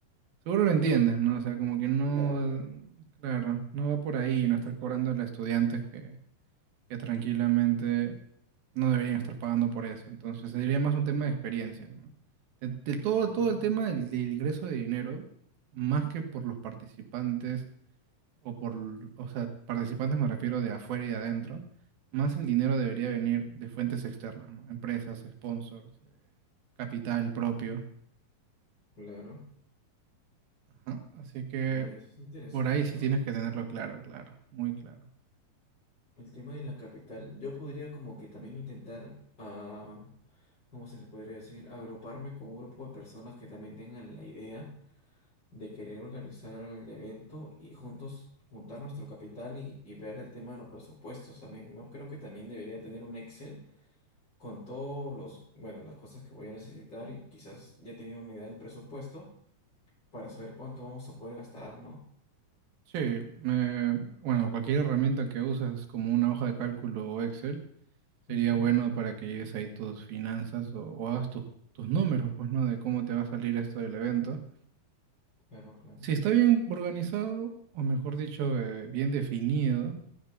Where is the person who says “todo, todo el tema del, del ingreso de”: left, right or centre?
Right